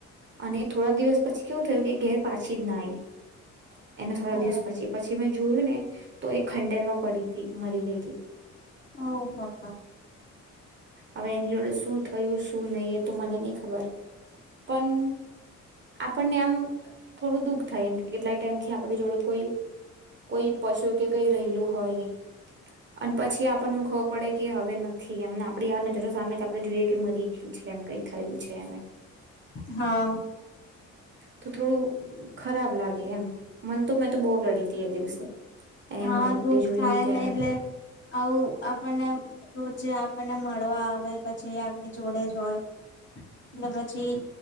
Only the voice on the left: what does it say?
ઓ
ઓ હા હા!
હા.
હા
દુઃખ
થાય
ને એટલે આવુ આપણે ને એમ રોજે આપણને મળવા આવે પછી આપની જોડે જ હોય. એટલે પછી